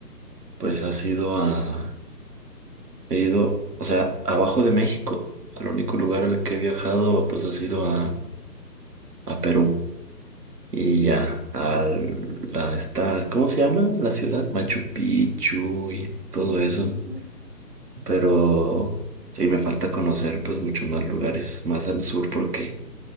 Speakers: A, on the right; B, in the centre.
A: pues ha sido a... He ido, o sea, abajo de México, al único
B: Ujú,
A: lugar al que he viajado pues ha sido a, a Perú. Y ya, al, la, está, ¿cómo se llama la ciudad? Machu Picchu y todo
B: ujú,
A: eso.
B: ujú.
A: Pero
B: Sí,
A: sí, me falta conocer pues muchos más lugares, más al sur porque...